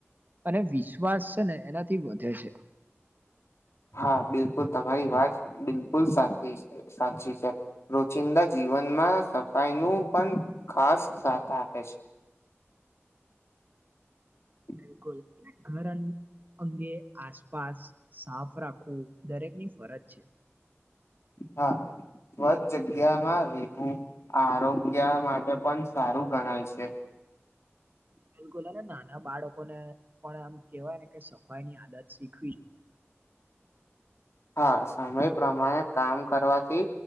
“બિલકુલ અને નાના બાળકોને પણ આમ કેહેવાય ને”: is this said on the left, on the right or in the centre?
Right